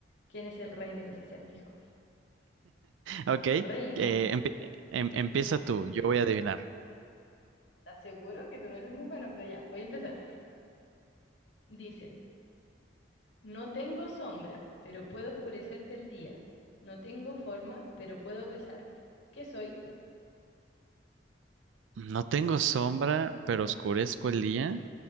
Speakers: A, on the left; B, on the right.
A: quién es el rey de los acertijos.
B: Ok, eh,
A: O reina,
B: empie- em- empieza
A: <laughs>
B: tú, yo voy a adivinar.
A: ¿estás seguro que tú no eres muy bueno? Pero ya, voy a empezar. Dice. No tengo sombra, pero puedo oscurecerte el día. No tengo forma, pero puedo pesarte. ¿Qué soy?
B: No tengo sombra, pero oscurezco el día.